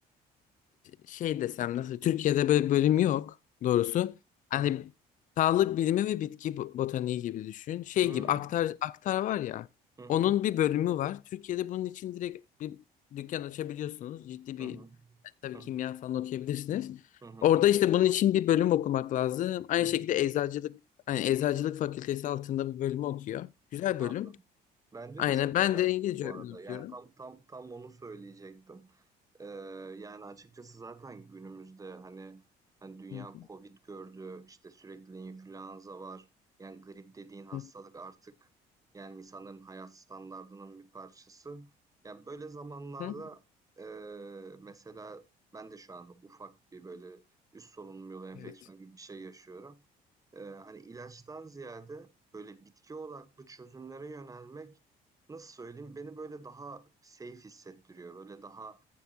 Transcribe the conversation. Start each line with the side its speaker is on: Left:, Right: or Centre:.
Left: şey desem nasıl Türkiye'de böyle bölüm yok doğrusu. Hani
Right: Hı hı.
Left: sağlık bilimi ve bitki bo- botaniği gibi düşün. Şey
Right: Hıı.
Left: gibi aktar aktar var ya.
Right: Hı hı.
Left: Onun bir bölümü var. Türkiye'de bunun için direkt bir dükkan açabiliyorsunuz. Ciddi
Right: Hı
Left: bir
Right: hı.
Left: tabii
Right: Hı.
Left: kimya falan okuyabilirsiniz.
Right: Hı hı.
Left: Orada işte bunun için bir bölüm okumak lazım. Aynı
Right: Hı hı.
Left: şekilde eczacılık hani eczacılık fakültesi altında bir bölümü okuyor. Güzel
Right: Anladım.
Left: bölüm.
Right: Bence
Left: Aynen
Right: de çok
Left: ben
Right: güzel
Left: de İngilizce
Right: film bu
Left: öğretmen
Right: arada.
Left: okuyorum.
Right: Yani tam tam tam onu söyleyecektim. Ee, yani açıkçası zaten günümüzde hani hani dünya
Left: Hı
Right: Covid gördü, işte sürekli influenza var. Yani grip dediğin hastalık
Left: hı
Right: artık yani insanların hayat standardının bir parçası. Ya böyle zamanlarda
Left: hı.
Right: e, mesela ben de şu an ufak bir böyle üst solunum yolu enfeksiyonu
Left: Evet.
Right: gibi bir şey yaşıyorum. Ee, hani ilaçtan ziyade böyle bitki odaklı çözümlere yönelmek nasıl söyleyeyim beni böyle daha safe hissettiriyor. Böyle daha